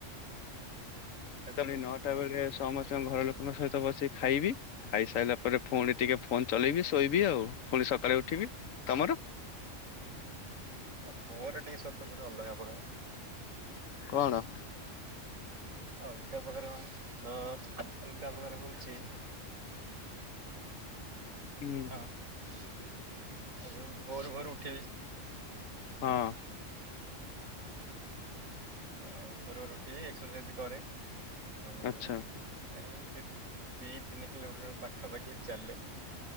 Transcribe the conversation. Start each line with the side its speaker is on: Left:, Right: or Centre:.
Right: ଆଚ୍ଛା
Left: କାଲି ନଅଟା ବେଳେ ସମସ୍ ସ୍ତ ଘର ଲୋକଙ୍କ ସହିତ ବସିିକ ଖାଇବି ଖାଇ ସାଇଲା ପରେ ପୁଣି ଟିକେ ଫୋନ୍ ଚଲେଇବି, ଶୋଇବି ଆଉ ପୁଣି ସକାଳେ ଉଠିବି। ତୋମର?
Right: ହଁ ମୋର ଟିକେ ସ୍ଵତନ୍ତ୍ର ଅଲଗା ପ୍ରକାର।
Left: କଣ?
Right: ଅଲଗା ପ୍ରକାରେ ମୋ ଅ, ଅଲଗା ପ୍ରକାର ହଉଛି,
Left: ହୁଁ
Right: ହଁ <unintelligible> ଭୋରୁ ଭୋରୁ ଉଠିବି।
Left: ହଁ।
Right: ଏ ଅ ଭୋରୁ ଭୋରୁ ଉଠିବି ଏକ୍ସସାଇଜ୍ କରେ, ଆଉ ମାନେ
Left: ଆଚ୍ଛା
Right: ଦୀ ଦି ତିନି କିଲୋମିଟର୍ ପାଖାପାଖି ଚାଲେ।